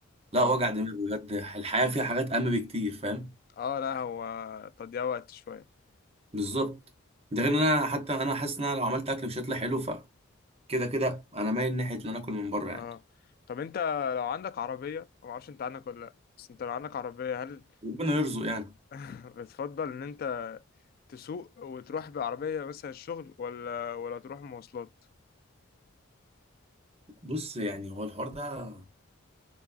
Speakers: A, on the right; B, on the left.
A: لا
B: اه
A: وجع دماغ بجد الحياه فيها حاجات اهم بكتير فاهم
B: اه لا هو تضييع وقت شويه
A: بالظبط ده غير ان انا حتى انا حاسس ان انا لو عملت اكل مش هيطلع حلو فكده كده انا مايل ناحيه ان انا اكل من بره يعني
B: اه طب انت لو عندك عربيه أنا ما اعرفش انت عندك ولا لا بس انت لو عندك عربيه هل
A: ربنا يرزق يعني
B: <laughs> بتفضل ان انت تسوق وتروح بعربيه مثلا الشغل ولا ولا تروح مواصلات
A: بص يعني هو الحوار ده